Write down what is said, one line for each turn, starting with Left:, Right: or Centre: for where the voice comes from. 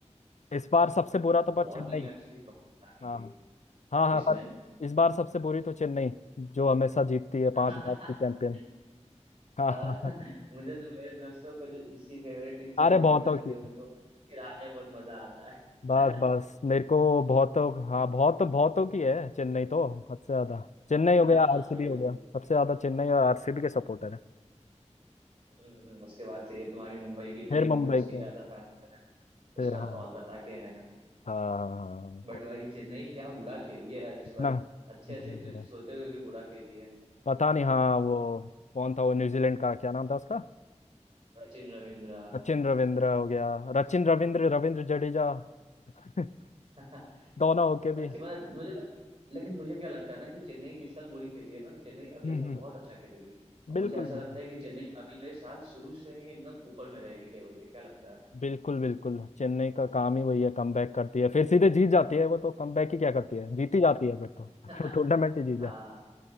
Left: इस बार सबसे बुरा तो
Right: बहुत
Left: पर चेन्नई
Right: लेकिन अच्छी तो की
Left: हाँ हाँ हाँ
Right: किसने
Left: हाँ पर इस बार सबसे बुरी तो चेन्नई जो हमेशा जीतती है
Right: <laughs>
Left: पांच बार की चैंपियन हाँ
Right: अ,
Left: हाँ हाँ।
Right: <laughs> मुझे तो मेरे दोस्तों को जो, जिसकी फेवरेट टीम
Left: अरे
Right: चेन्नई
Left: बहुतों
Right: है ना मुझे
Left: की
Right: उनको चिढ़ाने में बहुत मजा आता है
Left: बस बस
Right: <laughs>
Left: मेरे को बहुत हाँ बहुत बहुतों की है चेन्नई तो हद से ज्यादा चेन्नई हो
Right: हाँ
Left: गया आरसीबी
Right: वही
Left: हो
Right: वही
Left: गया सबसे ज्यादा चेन्नई और आरसीबी के सपोर्टर है
Right: हम्म, उसके बाद से ये तुम्हारी मुंबई की टीम
Left: फिर ठीक मुंबई
Right: हो गई उसकी
Left: के
Right: ज्यादा
Left: हैं,
Right: फैंस है
Left: फिर
Right: उसके बाद
Left: हाँ
Right: कोलकाता के हैं
Left: हाँ
Right: बट
Left: को-
Right: वही चेन्नई क्या बुरा खेली है यार इस बार
Left: ना
Right: अच्छे
Left: बहुत
Right: अच्छे प्लेयर्स
Left: बुरा
Right: होते हुए भी बुरा खेली है
Left: पता नहीं हाँ वो कौन था वो न्यूजीलैंड का क्या नाम था उसका
Right: सचिन रविंद्रा
Left: सचिन रविंद्र हो गया रचिन रविंद्र रविंद्र जडेजा <laughs>
Right: <laughs>
Left: दोनों होके
Right: अच्छी
Left: भी
Right: मतलब मुझे लेकिन मुझे क्या लगता है ना कि चेन्नई इस साल बुरी खेली है ना तो चेन्नई अगले
Left: हम्म
Right: साल
Left: हम्म।
Right: बहुत अच्छा खेलेगी और मुझे
Left: बिल्कुल
Right: ऐसा
Left: बिल्कुल
Right: लगता है कि चेन्नई अगले साल शुरू से ही एकदम ऊपर में रहेगी टेबल के क्या लगता है
Left: बिल्कुल बिल्कुल चेन्नई का काम ही वही है कमबैक करती है फिर सीधे जीत जाती है वो तो कमबैक ही क्या करती है जीती जाती है फिर तो
Right: <laughs>
Left: <laughs> टूर्नामेंट ही जीत
Right: हाँ
Left: जाती
Right: हाँ